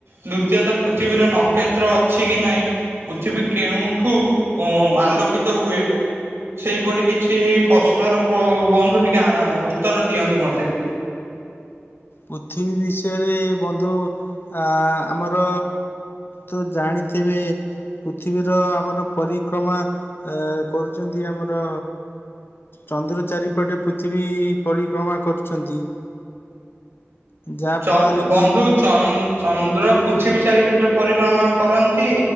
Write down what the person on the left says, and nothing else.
ପୃଥିବୀ ବିଷୟରେ ଏଇ ବନ୍ଧୁ ଆ ଆମର, ତ ଜାଣିଥିବେ, ପୃଥିବୀର ଆମର ପରିକ୍ରମା ଏଁ କରୁଛନ୍ତି ଆମର, ଚନ୍ଦ୍ର ଚାରିପଟେ ପୃଥିବୀ ପରିକ୍ରମା କରୁଛନ୍ତି, ଯାହା
ଫଳରେ
କି